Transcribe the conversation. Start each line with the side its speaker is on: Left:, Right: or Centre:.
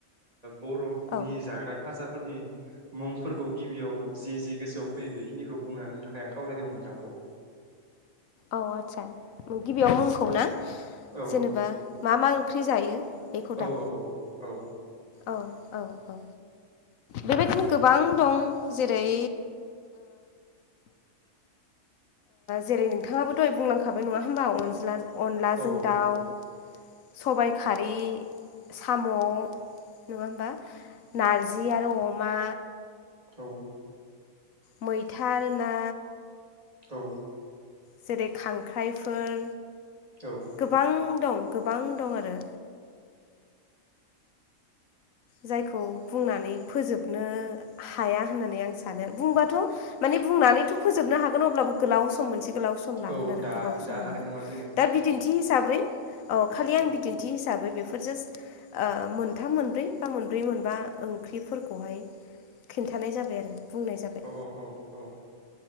Right: बर'नि
Left: औ
Right: जाग्रा खाजाफोरनि मुंफोरखौ गिबियाव जि- जि गोसोआव फैयो बेखिनिखौ बुंना होनो थाखाय आं खावलायदोंमोन नोंथांखौ
Left: औ आतसा गिबियाव मुंखौ ना
Right: औ
Left: जेनेबा मा - मा ओंख्रि जायो बेखौ
Right: औ
Left: दा
Right: औ
Left: औ - औ - औ बेबायदिनो गोबां दं जेरै जेरै नोंथाङाबो दहाय बुंलांखाबाय नङा होमबा अनला अनलाजों
Right: औ
Left: दाउ
Right: औ
Left: सबाय खारि साम' नङा होमबा नारजि आरो अमा
Right: औ
Left: मैथा ना
Right: औ
Left: जेरै खांख्राइफोर
Right: औ
Left: गोबां दं गोबां दं आरो जायखौ बुंनानै फोजोबनो हाया होननानै आं सानो बुंबाथ' माने बुंनानै फोजोबनो हागोन अब्लाबो गोलाव सम मोनसे गोलाव सम लागोन
Right: औ
Left: आरो
Right: दा
Left: गोबाव सम
Right: दा
Left: लागोन
Right: हानाय नङा जोङो
Left: दा बिदिन्थि हिसाबै औ खालि आं
Right: औ
Left: बिदिन्थि हिसाबै बेफोर जास्ट मोनथाम मोनब्रै बिफा मोनब्रै मोनबा ओंख्रिफोरखौहाय खिन्थानाय जाबाय आरो बुंनाय जाबाय
Right: औ औ औ औ